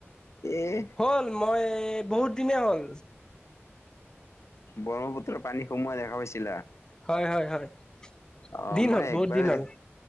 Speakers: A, on the left; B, on the left.
A: এই
B: হ'ল মই বহুত দিনে হ'ল।
A: ব্ৰহ্মপুত্ৰৰ পানী সোমোৱাই দেখা পাইছিলা?
B: হয়, হয়, হয়।
A: অ',
B: দিন
A: মই
B: হ'ল
A: একেবাৰে
B: বহুত দিন হ'ল
A: দেখা